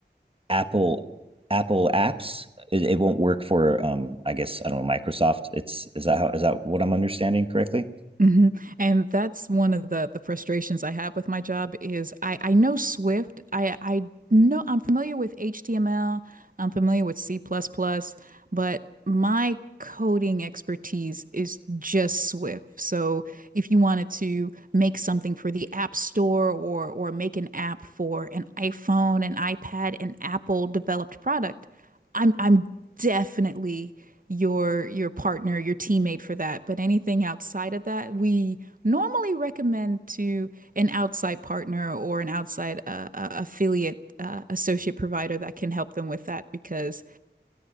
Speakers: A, on the right; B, on the right.
A: Apple Apple apps. It, it won't work for um, I guess I don't know Microsoft. It's is that how is that what I'm understanding correctly?
B: hmm And that's one of the the frustrations I have with my job is I I know Swift. I I know I'm familiar with HTML. I'm familiar with C++, plus plus, but my coding expertise is just Swift. So if you wanted to make something for the App Store or or make an app for an iPhone, an iPad, an Apple developed product, I'm I'm definitely your your partner, your teammate for that. But anything outside of that, we normally recommend to an outside partner or an outside uh, uh, affiliate uh, associate provider that can help them with that because